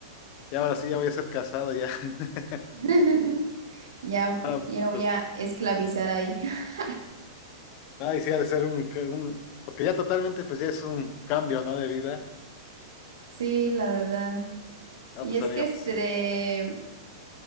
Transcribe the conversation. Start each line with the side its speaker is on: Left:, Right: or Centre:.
Left: Y ahora sí ya voy a ser casado ya. <laughs>
Right: <laughs> Ya,
Left: Ah,
Right: ya voy
Left: pues,
Right: a esclavizar ahí. <laughs>
Left: ay, sí ha de ser un, un- porque ya totalmente pues ya es un cambio, ¿no? De vida.
Right: Sí, la verdad.
Left: Ah,
Right: Y
Left: pues
Right: es
Left: amiga,
Right: que este,
Left: pues,
Right: de-